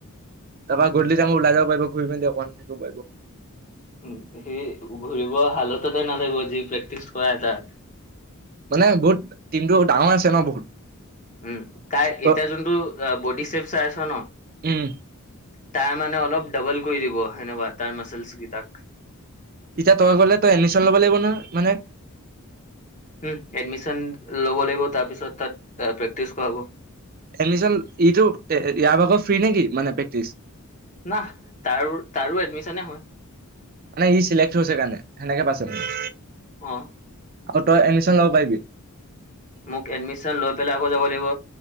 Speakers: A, on the right; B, on the left.
A: তাৰপৰা গধূলি টাইমত ওলাই যাব পাৰিব ঘূৰি মেলি অকমান থাকিব পাৰিব।
B: উম, হে ঘূৰিব হালততে নাথাকিব যি প্ৰেক্টিচ কৰাই তাত
A: মানে বহুত টিমটো ডাঙৰ আছে ন' বহুত।
B: উম, তাই
A: ত
B: এতিয়া যোনটো বডি চেপচ চাই আছো ন'।
A: উম
B: তাই মানে অলপ ডাবল কৰি দিব সেনেকুৱা তাৰ মাচলছ্ কেইটাক।
A: এতিয়া তই গলে তই এডমিচন ল'ব লাগিব ন' মানে।
B: উম, এডমিচন ল'ব লাগিব তাৰ পিছত তাত প্ৰেক্টিচ কৰাব।
A: এডমিশ্যন ইটো ইয়াৰ ভাগত ফ্ৰী নেকি মানে প্ৰেক্টিচ।
B: নাহ তাৰো তাৰো এডমিশ্যনে হয়।
A: মানে ই চিলেক্ট হৈছে কাৰণে সেনেকে পাইছে।
B: অ'।
A: আকৌ তই এডমিশ্যন ল'ব পাৰিবি।
B: মোক এডমিশ্যন লৈ পেলাই আকৌ যাব লাগিব